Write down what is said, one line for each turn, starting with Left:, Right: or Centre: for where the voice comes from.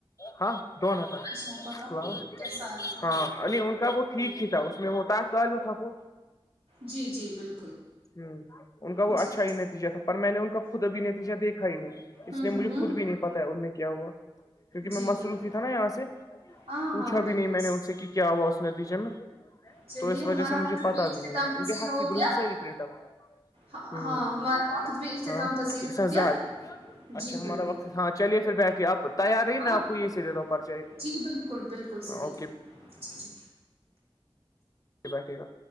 Left: ہاں دون ہزار
Right: عائشاپا کا
Left: اللا
Right: کیسا آیا تھا
Left: ہاں ان کا وہ ٹھیک ہی تھا اس میں وہ تاج کال میں تھا وہ
Right: جی جی بالکل
Left: ہ ان کا
Right: جی
Left: وہ اچھا ہی نتیجہ تھا پر میں نے ان کا خود ابھی نتیجہ دیکھا ہی نہیں اس
Right: ہوں
Left: لیے
Right: ہوں
Left: مجھے خود بھی نہیں پتا ان میں کیا ہوا کیونکہ
Right: جی
Left: میں مصروف
Right: بالکل
Left: ہی تھا نا یہاں سے
Right: ہاں
Left: پوچھا
Right: ہاں بالکل
Left: بھی نہیں میں نے ان سے کہ کیا وہا اس نتیجے میں
Right: چلیے
Left: تو اس
Right: ہمارا
Left: وجہ سے مجھے
Right: وقت
Left: پتا
Right: بھی اختتام
Left: نہیں ہے ان
Right: پزیرہ
Left: کے ہاتھ سے
Right: ہو گیا
Left: برہم سری پرنٹ
Right: ہ
Left: ہوں
Right: ہاں ہمارا وقت بھی اختتام
Left: ہاں
Right: پذیر
Left: ایک
Right: ہو
Left: سا
Right: گیا
Left: زحت اچھا
Right: جی
Left: ہمارا
Right: بالکل
Left: وقت ہاں چلیے پھر بیٹھیے آپ تیار رہیے
Right: ہاں
Left: میں آپ
Right: جی
Left: کو یہی سے دیتا ہوں پرچہ ایک
Right: بالکل بالکل بالکل صحیح
Left: اوکے
Right: اچا اچھا
Left: بیٹھے گا